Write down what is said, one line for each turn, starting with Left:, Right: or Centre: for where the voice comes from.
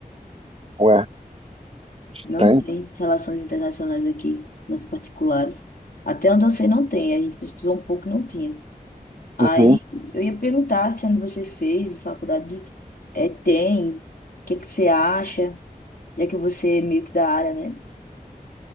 Right: Ué, estranho.
Left: Não tem relações internacionais aqui, nas particulares. Até onde eu sei, não tem. A gente pesquisou um pouco e não tinha. Aí
Right: Uhum.
Left: eu ia perguntar se onde você fez faculdade de- é, tem, o que que você acha, já que você é meio que da área, né?